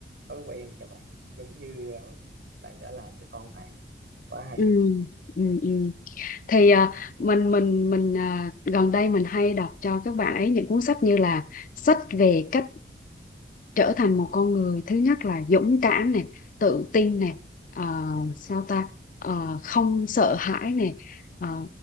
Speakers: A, on the right; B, on the left.
A: thói quen cho bạn giống như ờ, bạn đã làm cho con bạn quá hay
B: ừ, ừ, ừ. thì à,
A: ừ
B: mình mình mình à, gần đây mình hay đọc cho các bạn ấy những cuốn sách như là sách về cách trở thành một con người thứ nhất là dũng cảm này tự tin này ờ, sao ta Ờ, không sợ hãi này Ờ,